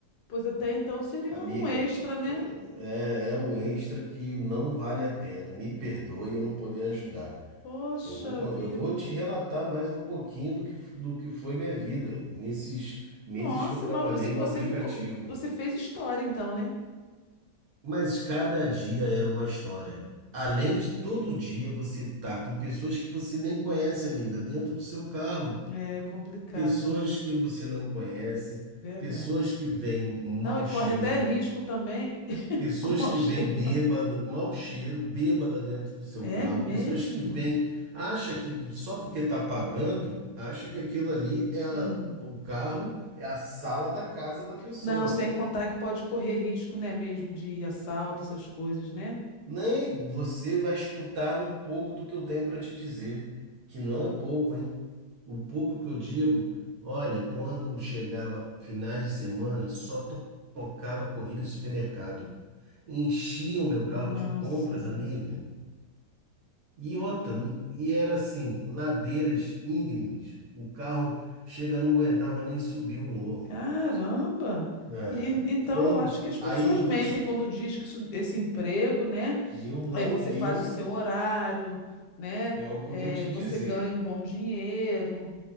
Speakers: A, on the left; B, on the right.
A: Pois até então seria
B: Amiga,
A: um extra, né?
B: uh, é, é um extra que não vale a pena. Me perdoe eu não poder ajudar.
A: Poxa
B: Eu vou, co-
A: vida.
B: eu vou te relatar mais um pouquinho do que, f- do que foi minha vida nesses meses
A: Nossa,
B: que eu trabalhei
A: mas você,
B: no
A: você
B: aplicativo.
A: ficou, você fez história então, né?
B: Mas cada dia era uma história. Além de todo dia você tá com pessoas que você nem conhece, amiga, dentro do seu carro.
A: É complicado,
B: Pessoas
A: né?
B: que você não conhece,
A: Verdade.
B: pessoas que vêm mau
A: Não, e
B: cheiro,
A: corre até risco também <laughs>
B: pessoas
A: com mau
B: que
A: cheiro.
B: vêm bêbada, mau cheiro, bêbada dentro do seu
A: É
B: carro,
A: mesmo?
B: pessoas que vêm, acha que só porque tá pagando, acha que aquilo ali é a-
A: Hum.
B: o carro, é a sala da casa da pessoa.
A: Não, sem contar que pode correr risco, né, mesmo de assalto, essas coisas, né?
B: Nem você vai escutar um pouco do que eu tenho para te dizer, que não é pouco, hein? O pouco que eu digo, olha, quando chegava finais de semana, só to- tocava corrida em supermercado. Enchia o meu carro
A: Nossa,
B: de compras, amiga. E outra, não- e era assim, ladeiras íngremes. O carro chega, não aguentava nem subir o morro.
A: caramba!
B: É.
A: E- e- então
B: Quando,
A: eu acho que as pessoas
B: aí eu
A: mentem
B: vou te,
A: quando diz que isso- esse emprego, né?
B: eu não,
A: Aí você
B: eu
A: faz o seu horário, né?
B: é o que
A: é,
B: eu vou te
A: você
B: dizer.
A: ganha um bom dinheiro.